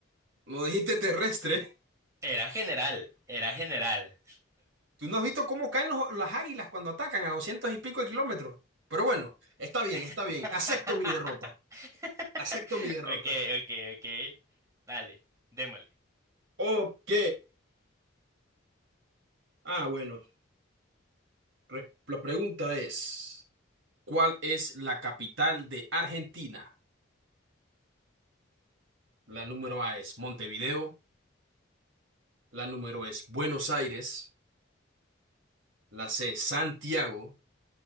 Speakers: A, on the right; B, on the right.
A: no dijiste terrestre.
B: era general, era general.
A: <laughs> ¿Tú no has visto cómo caen los- las águilas cuando atacan a doscientos y pico de kilómetros? Pero bueno, está bien, está
B: <laughs>
A: bien.
B: <laughs>
A: Acepto mi derrota. Acepto mi derrota.
B: Okay, okay, okay. Dale, démosle.
A: Ok. Ah, bueno. re- La pregunta es, ¿cuál es la capital de Argentina? La número
B: A ver,
A: A es Montevideo, la número es Buenos Aires. La C, Santiago.